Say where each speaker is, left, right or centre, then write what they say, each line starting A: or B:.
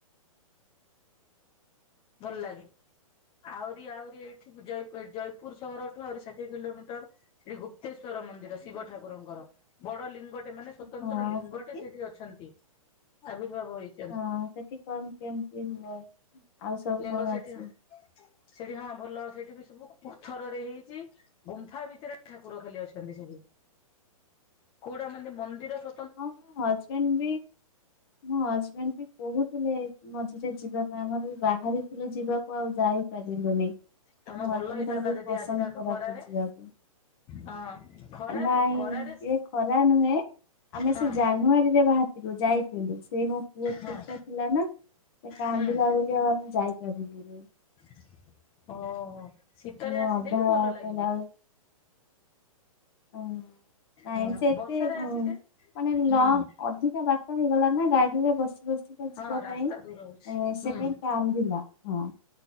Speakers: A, on the left (about 25°); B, on the left (about 40°).
A: ଭଲ ଲାଗେ। ଆହୁରି, ଆହୁରି ଏଇଠି ଜୟପୁର ସହରଠୁ ଆରି ଷାଠିଏ କିଲୋମିଟର। ସେଠି ଗୁପ୍ତେଶଵର ମନ୍ଦିର ଶିବ ଠାକୁରଙ୍କର। ବଡ ଲିଙ୍ଗଟେ ମାନେ ସ୍ଵତନ୍ତ୍ର
B: ହଁ
A: ଲିଙ୍ଗଟେ
B: ସେଠି
A: ସେଇଠି ଅଛନ୍ତି। ଆବିର୍ଭାବ ହେଇଛି।
B: ହଁ ସେଠି କଣ କେମିତି ହୁଏ। ଆଉ ସବୁ
A: ଲିଙ୍ଗ
B: କଣ
A: ସେଠି,
B: ଅଛି?
A: ସେଠି ହଁ ଭଲ। ସେଠି ବି ସବୁ ପଥରରେ ହେଇଛି। ଗୁମ୍ଫା ଭିତରେ ଠାକୁର ଖାଲି ଅଛନ୍ତି ସେଠି। କୋଉଟା ମାନେ ମନ୍ଦିର ସ
B: ହଁ ମୋ ହଜବେଣ୍ଡ ବି ମୋ ହଜବେଣ୍ଡ ବି କହୁଥିଲେ, ମଝିରେ ଯିବା ପାଇଁ, ଆମର ବି ବାହାରିଥିଲୁ ଯିବାକୁ ଆଉ ଯାଇନୁ। <unintelligible>
A: ତମେ
B: ମୋ ହଜବେଣ୍ଡଙ୍କର
A: ଭଲ ହେଇଥାନ୍ତା
B: ବହୁତ
A: ଯଦି
B: ପସନ୍ଦ
A: ଆସିଥାନ୍ତ
B: କୋରାପୁଟ୍
A: ଖରାରେ
B: ଯିବାକୁ।
A: ହଁ ଖରାରେ
B: ନାଇଁ
A: ଖରାରେ
B: ଇ ଖରା ନୁହେଁ। ଆମେ
A: ହଁ
B: ସେ ଜାନୁଆରୀରେ ବାହାରଥିଲୁ ଯାଇଥିଲୁ। ସେ ମୋ ପୁଅ ଛୋଟ
A: ହଁ
B: ଥିଲା ନା। ଏ କାନ୍ଦିଲା
A: ହୁଁ।
B: ବୋଲି ଆଓ‌ ମୁଁ ଯାଇ ପାରିଲିନି।
A: <inaudible> ଓହୋ ଶୀତରେ
B: ଆମେ
A: ଆସିଲେ
B: ଅଧା
A: ବି ଭଲ ଲାଗିବ।
B: କହିଲା ହଁ ନାଇଁ
A: ହୁଁ
B: ସେତେ
A: ବର୍ଷାରେ
B: ଉଁ
A: ଆସିଲେ
B: ମାନେ ନ
A: ହୁଁ
B: ଅଧିକା ବା ତ ହେଇଗଲା ନା ଗାଡିରେ ବସି ବସି କଯିବା
A: ହଁ ରାସ୍ତା
B: ପାଇଁ ଏ
A: ଦୂର ହଉଛି ହୁଁ
B: ସେ କାଇଁ କାନ୍ଦିଲା ହଁ।